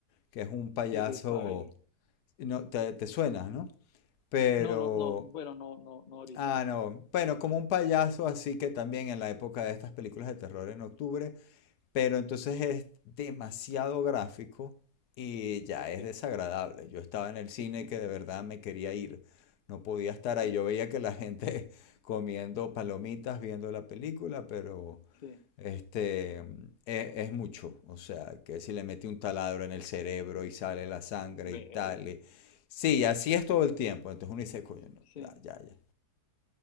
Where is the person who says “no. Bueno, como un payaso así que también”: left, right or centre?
Left